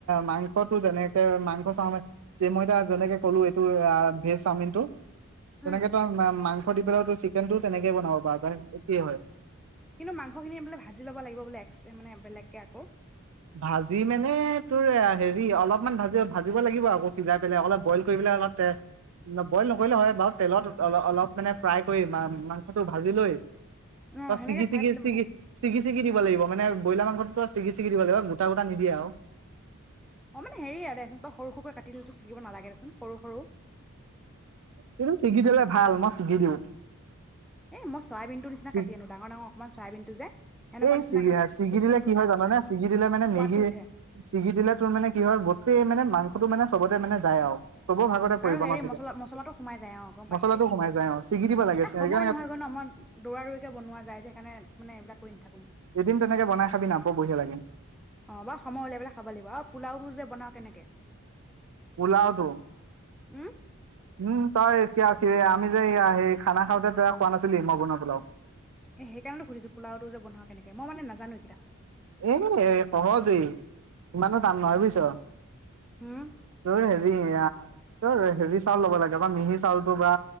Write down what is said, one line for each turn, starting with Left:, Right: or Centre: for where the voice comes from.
Right: মাংসতো যেনেকে, মাংস চাওমিন। যে মই এতিয়া যেনেকে হলো এইটো আ- ভেজ চাওমিনটো। তেনেকে
Centre: উম
Right: তই আৰু মা- মাংস দি পেলাইওতো চিকেনটোও তেনেকে বনাব পাৰ তই । একেয়ে হয়।
Centre: কিন্তু মাংসখিনি বোলে ভাজি ল'ব লাগিব বোলে এক্স- এ মানে বেলেগকে আকৌ।
Right: ভাজি মানে তোৰ হেৰি অলপমান ভাজি- ভাজিব লাগিব আকৌ সিজাই পেলাই । অলপ বইল কৰি পেলাই অলপ তেল- বইল নকৰিলেও হয় বাৰু। তেলত অল- অলপ মানে ফ্ৰাই কৰি মা- মাংসটো ভাজি লৈ
Centre: অ
Right: ত
Centre: সেনেকে
Right: ছিগি - ছিগি
Centre: চাইছিলো
Right: -ছিগি,
Centre: মানে
Right: ছিগি- ছিগি দিব লাগিব মানে ব্ৰইলাৰ মাংসটো তো ছিগি ছিগি দিব লাগিব। গোটা- গোটা নিদিয়ে আৰু।
Centre: অ' মানে হেৰিয়ে দেচোন, তই সৰু- সৰুকৈ কাটি দিলিতো চিগিব নালাগে দেচোন । সৰু-সৰু।
Right: কিন্তু ছিগি দিলে ভাল । মই ছিগি দিওঁ।
Centre: এই মই চয়াবিনটোৰ নিচিনা
Right: ছিগ-
Centre: কাটি আনো ডাঙৰ ডাঙৰ অকণমান চয়াবিনটো যে সেনেকুৱা
Right: এই
Centre: নিচিনাকে
Right: চুলিয়া
Centre: পিচ
Right: ছিগি
Centre: পিচ
Right: দিলে
Centre: কৰি কৰি
Right: কি হয়
Centre: কাটি
Right: জাননে?
Centre: আনো
Right: ছিগি দিলে মানে
Centre: সোৱাদটো
Right: মেগি-
Centre: উঠে
Right: ছিগি দিলে তোৰ মানে কি হয় গোটেই মানে মাং সেইটো মানে চবতে মানে যায় আৰু। চবৰ ভাগতে পৰিব
Centre: আৰু হেৰি
Right: ন' তেতিয়া।
Centre: মছলা মছলাটো সোমাই যায় । অ' গম পাইছোঁ
Right: মছলাটো
Centre: দে ।
Right: সোমাই যায় অ ছিগি দিব লাগে
Centre: এই
Right: সেইকাৰণে
Centre: সময় নহয় জান, মই দৌৰা-দৌৰিকে বনুৱা যায় যে, সেইকাৰণে মই মানে সেইবিলাক কৰি নাথাকো মই।
Right: এদিন তেনেকে বনাই খাবি না বৰ বঢ়িয়া লাগে
Centre: অ' বাৰু সময় উলিয়াই পেলাই খাব লাগিব। আৰু পোলাওটো যে বনা কেনেকে?
Right: পুলাওটো
Centre: উম
Right: উম তই এতিয়া কি আমি যে সেই খানা খাওঁতে বেয়া খোৱা নাছিলি মই বনোৱা পোলাও।
Centre: এ সেইকাৰণে সুধিছো পোলাওটো যে বনোৱা কেনেকে মই মানে নাজানো কেইটা
Right: এ সহজেই ইমানো টান নহয় বুজিছ।
Centre: হুম
Right: তোৰ হেৰি ইয়া ত হেৰি চাউল ল'ব লাগে বা মিহি চাউলতটো বা